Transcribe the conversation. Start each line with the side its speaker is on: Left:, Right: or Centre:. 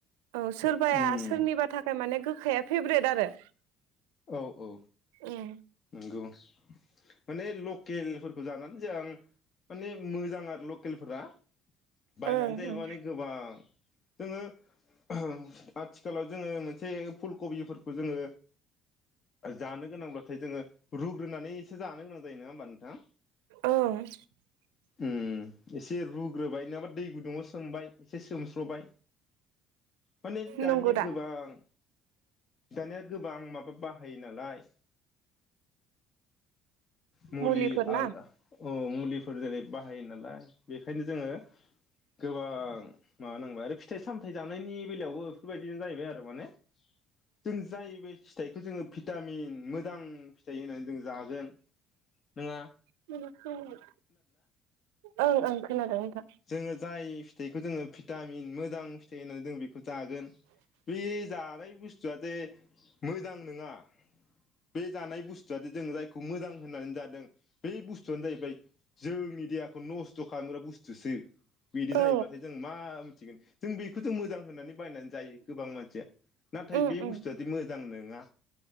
Right: औ सोरबाया
Left: ओम
Right: सोरनिबा थाखाय माने गोखाया फेभरेट आरो।
Left: औ औ
Right: ओं
Left: नंगौ माने लकेलफोरखौ जानान जां माने मोजां आरो ल केलफोरा बायनानै
Right: ओं
Left: जायोबानो
Right: ओं
Left: गोबां। जोङो आथिखालाव जोङो मोनसे फुल कबिफोरखौ जोङो जानो गोनांब्ला जोङो रुग ग्रोनानैसो जानो गोनां जायो नङा होनबा नोंथां
Right: ओं
Left: उम एसे रुग्रोबाय नङाबा दै गुद दंआव सोमबाय एसे सोमस्र'बाय। माने दानिया
Right: नंगौ दा
Left: गोबां दानिया गोबां माब बा बाहायो नालाय। मुलि
Right: मुलिफोर
Left: आल
Right: ना
Left: अ मुलिफोर जेरै बाहायो नालाय बेखायनो जोङो गोबां माबानांबाय आरो फिथाइ सामथाय जानायनि बेलायावबो बेफोरबायदिनो जाहैबाय आरो माने जों जाय बे फिथाइखौ जों भिटामिन मोजां फिथाइ होनानै जों जागोन नङा।
Right: <unintelligible> औ ओं खोनादों।
Left: जोङो जाय थैखौ जोङो भिटामिन मोजां थै होननानै जों बेखौ जागोन बे जानाय बुस्थुआ जे मोजां नङा बे जानाय बुस जादि जों रायखौ मोजां होननानै जादों बे बुस्थुआनो जाहैबाय जोंनि देहाखौ नस्थ' खालामग्रा बुस स्तुसो। बिदि जायोब्लाथाय
Right: औ
Left: जों मा जों बेखौ ज' मोजां होननानै बायनानै जायो गोबां मानसिया नाथाय
Right: उम
Left: बे
Right: उम
Left: बुस्थुवादि मोजां नङा